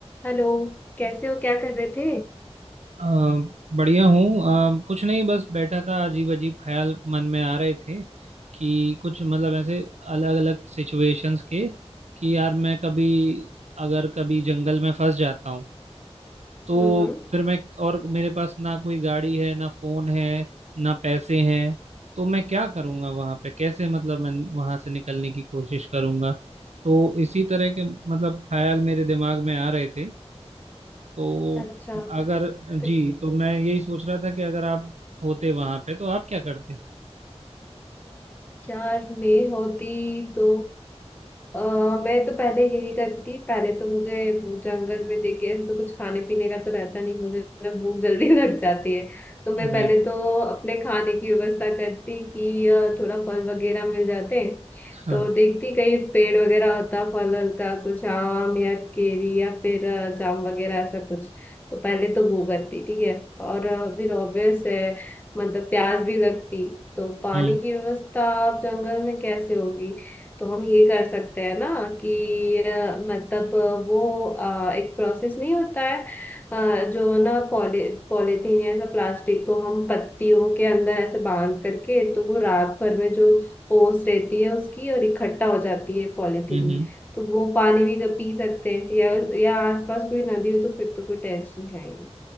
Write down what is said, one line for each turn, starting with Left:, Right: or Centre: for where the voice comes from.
Left: Hello कैसे हो क्या कर रहे थे
Right: अ, बढ़िया हूँ अ, कुछ नहीं बस बैठा था अजीब अजीब ख्याल मन में आ रहे थे कि कुछ मतलब ऐसे अलग अलग सिचुएशंस के कि यार मैं कभी अगर कभी जंगल में फंस जाता हूँ तो
Left: हम्म हम्म
Right: फिर मैं और मेरे पास ना कोई गाड़ी है ना फोन है ना पैसे हैं तो मैं क्या करूँगा वहाँ पे कैसे मतलब मैं वहाँ से निकलने की कोशिश करूँगा तो इसी तरह के मतलब ख्याल मेरे दिमाग में आ रहे थे तो
Left: अच्छा
Right: अगर
Left: तो
Right: जी तो मैं यही सोच रहा था कि अगर आप होते वहां पे तो आप क्या करते
Left: यार मैं होती तो अ, मैं तो पहले यही करती पहले तो मुझे जंगल में देखे ऐसे तो कुछ खाने पीने का तो रहता नहीं मुझे ना भूख जल्दी <laughs> लग जाती है तो
Right: जी
Left: मैं पहले तो अपने खाने की व्यवस्था करती कि अ, थोड़ा फल वगैरह मिल जाते
Right: हाँ
Left: तो देखती कहीं पेड़ वगैरह होता फल वल का कुछ आम या केरी या फिर अ, जाम वगैरह ऐसा कुछ तो पहले तो वो करती ठीक है और अ, फिर ऑब्वियस है मतलब प्यास भी लगती तो पानी
Right: हम्म
Left: की व्यवस्था आप जंगल में कैसे होगी तो हम ये कर सकते हैं ना कि अ, मतलब अ, वो अ, एक प्रोसेस नहीं होता है अ, जो ना पॉली पॉलीथीन या ऐसा प्लास्टिक को हम पत्तियों के अंदर ऐसे बांध करके तो वो रात भर में जो ओस रहती है उसकी और इकट्ठा हो जाती है पॉलीथीन
Right: हम्म
Left: में
Right: हम्म,
Left: तो वो पानी भी क- पी सकते हैं या या आसपास कोई नदी हो तो फिर तो कोई टेंशन है ही नहीं